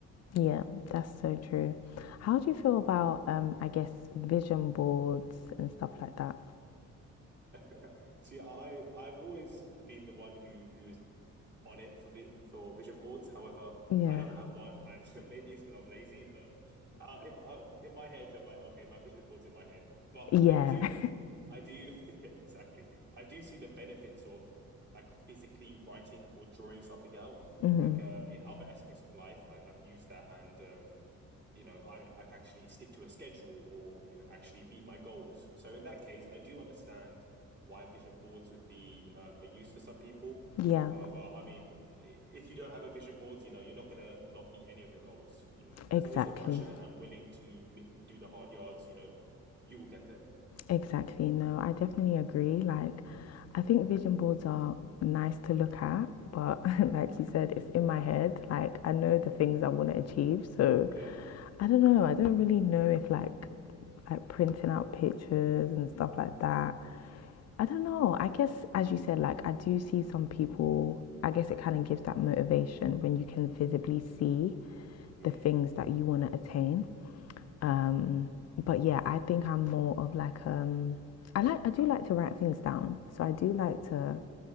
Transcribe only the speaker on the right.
<laughs> See, I I've always been the one who who is on it for vi- for vision boards. However,
I don't have one, and <laughs> maybe it's because I'm lazy. But uh, in uh, in my head, I'm like, okay, my vision board's in my head. But
I do, I do, <laughs> yeah, exactly. I do see the benefits of like physically writing or drawing something out.
Like uh, in other aspects of life, I, I've used that, and um, you know I, I actually stick to a schedule or you know actually meet my goals so in that case i do understand why vision boards would be um, a use for some people
however i mean if you don't have a vision board you know you're not going to not meet any of your goals you,
as long as you're passionate and willing to me- do the hard yards you know you will get there
<laughs>
yeah
hmm.